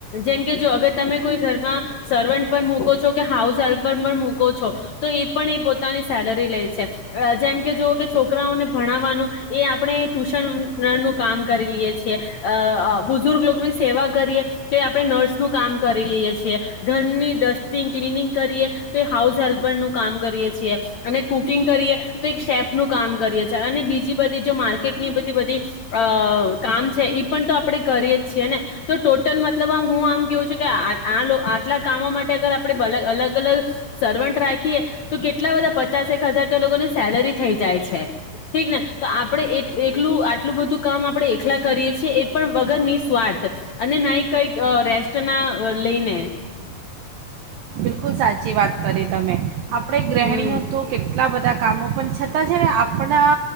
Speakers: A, on the left; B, on the right.
A: જેમ કે જો અગર તમે કોઈ ઘરમાં સર્વન્ટ પણ મકો છો તો હાઉસ હેલ્પર પણ મૂકો છો. તો એ પણ એ પોતાની સેલરી લે છે. અહ જેમ કે જોઓ કે છોક છોકરાઓને ભણાવવાનું એ આપણે ટ્યુશન ના નું કામ કરી લઈએ છીએ. અ અહ બુઝુર્ગ લોગની સેવા કરીએ તો એ આપણે નર્સ નું કામ કરી લઈએ છીએ. ધરની ડસ ટિંગ ક્લનિંગ કરીએ તો એક હાઉસ હેલ્પર નું કામ કરીએ છીએ. અને કુકિંગ કરીએ તો એક શેફ નું કામ કરીએ છે. અને બીજી બધી જો માર્કેટની બધી બધી અહ કામ છે ઈ પણ તો આપડે કરીએ જ છીએ ને. તો ટોટલ મતલબ આમ હું આમ કેવું છું કે આ આ લોક આટલા કામો માટે અગર આપ પડે બ અલગ અલગ સર્વન્ટ રાખીએ તો કેટલા બધા પચાસ એક હજાર તો લોકોની સેલરી થઈ જાય છે, ઠીક ને. તો આપણેલું આટલું બધું કામ આપણે એકલા કરીએ છીએ એ પણ વગર નિ સ્વાર્થ અને ના કંઈ અહ રેસ્ટના અહ લઈને.
B: બિલકુલ સાચી વાત કરી તમે. આપણે ગ્રહણીઓ
A: હમ
B: તો કેટ આટલા બધા કામો પણ છતાં છે ને આપણા